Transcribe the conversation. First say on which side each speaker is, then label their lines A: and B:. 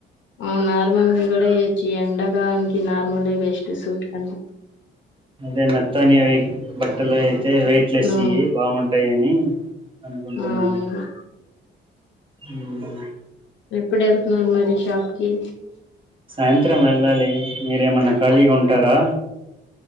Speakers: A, on the left (about 70°); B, on the right (about 25°).
A: ఆ నార్మల్ కూడా ఇచ్చి ఎండకానికి నార్మలే బెస్ట్ సూట్ కన్నా
B: అదే మెత్తని అయి బట్టలె అయితే వెయిట్లెస్
A: ఆ
B: యి బాగుంటాయి అని అనుకుంటున్నానె
A: ఆ అవును
B: హ్మ్
A: ఎప్పుడు వెళ్తున్నారు మరి షాప్ కి
B: సాయంత్రం వెళ్ళాలి మీరేమన్నా ఖాళీగా ఉంటారా